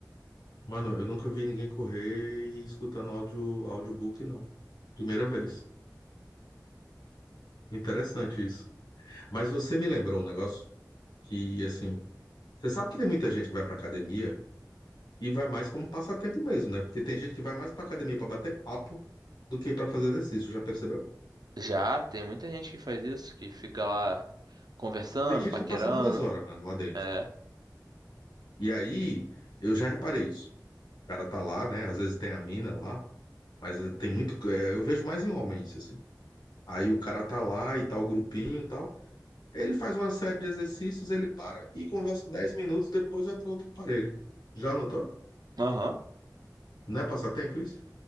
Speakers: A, on the left; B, on the right.
A: Mano, eu nunca vi ninguém correr e escutando áudio, audiobook, não. Primeira vez. Interessante isso. Mas você me lembrou um negócio que, assim, você sabe que tem muita gente que vai pra academia e vai mais como passatempo mesmo, né? Porque tem gente que vai mais pra academia pra bater papo do que pra fazer exercício, já percebeu?
B: Já tem muita gente que faz isso, que fica lá conversando,
A: Tem gente
B: paquerando.
A: que passa duas horas, mano, lá dentro.
B: É.
A: E aí, eu já reparei isso. O cara tá lá, né? Às vezes tem a mina lá, mas tem muito. é, Eu vejo mais em homem isso, assim. Aí o cara tá lá e tal, o grupinho e tal. Ele faz uma série de exercícios, ele para e conversa 10 minutos, depois vai para outro aparelho. Já notou?
B: Aham.
A: Não é passatempo isso?